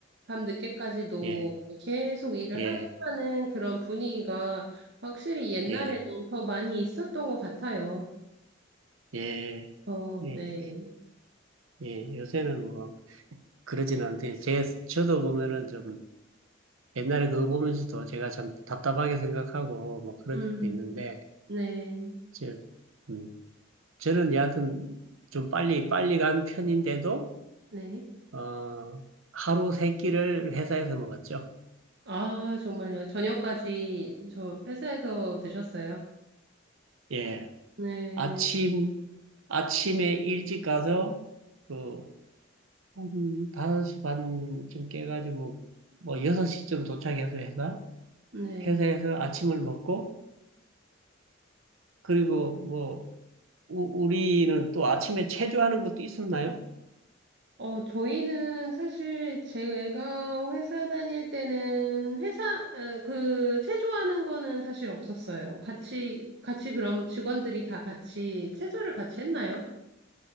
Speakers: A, on the right; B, on the right.
A: 밤늦게까지도
B: 예,
A: 계속 일을
B: 예,
A: 하게 하는 그런 분위기가 확실히 옛날에는
B: 예,
A: 더 많이 있었던 것 같아요.
B: 예,
A: 어,
B: 예,
A: 네.
B: 예. 요새는 뭐 그러진 않대. 제 저도 보면은 좀 옛날에 그거 보면서도 제가 참 답답하게 생각하고 뭐 그런
A: 음,
B: 적도 있는데
A: 네,
B: 저, 음, 저는 여하튼 좀 빨리 빨리 간 편인데도
A: 네.
B: 어, 하루 세 끼를 회사에서 먹었죠.
A: 아, 정말요. 저녁까지 저 회사에서 드셨어요?
B: 예.
A: 네,
B: 아침, 아침에 일찍 가서, 그, 한 5시 반쯤 깨가지고, 뭐, 6시쯤 도착해서 회사,
A: 네.
B: 회사에서 아침을 먹고, 그리고 뭐, 우, 우리는 또 아침에 체조하는 것도 있었나요?
A: 어, 저희는 사실 제가 회사 다닐 때는 회사, 어, 그, 체조하는 거는 사실 없었어요. 같이, 같이 그럼 직원들이 다 같이 체조를 같이 했나요?